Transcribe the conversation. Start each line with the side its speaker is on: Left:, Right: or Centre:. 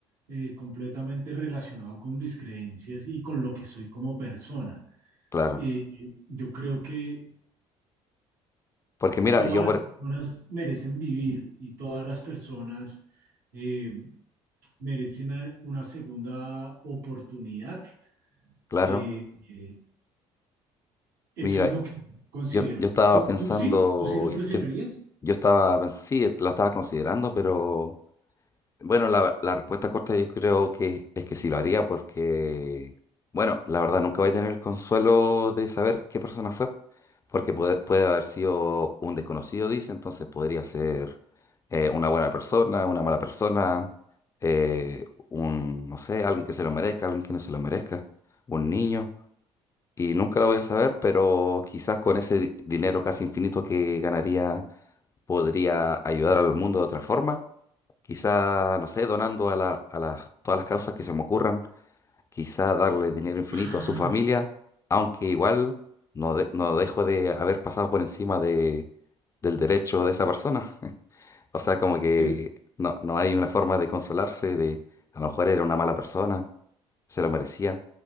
Right: eh, completamente relacionado con mis creencias y con lo que soy como persona.
Left: Claro.
Right: Eh, yo creo que
Left: Porque mira,
Right: todas
Left: yo
Right: las
Left: por,
Right: personas merecen vivir y todas las personas eh, merecen a- una segunda oportunidad
Left: claro,
Right: Eh, eh, eso
Left: mira,
Right: es lo que considero.
Left: yo, yo estaba
Right: ¿Tú,
Left: pensando,
Right: tú sí? ¿Tú sí lo presionarías?
Left: yo, yo estaba, pens- sí, lo estaba considerando, pero Bueno, la, la respuesta corta yo creo que es que sí lo haría porque, bueno, la verdad nunca voy a tener el consuelo de saber qué persona fue, porque puede, puede haber sido un desconocido, dice, entonces podría ser eh, una buena persona, una mala persona, eh, un, no sé, alguien que se lo merezca, alguien que no se lo merezca, un niño, y nunca lo voy a saber, pero quizás con ese di- dinero casi infinito que ganaría podría ayudar al mundo de otra forma quizá, no sé, donando a la, a las, todas las causas que se me ocurran, quizá darle dinero infinito
Right: Ah,
Left: a su familia, aunque igual no, de- no dejo de haber pasado por encima de, del derecho de esa persona. O sea, como que
Right: pero
Left: no, no hay una forma de consolarse de a lo mejor era una mala persona, se lo merecía.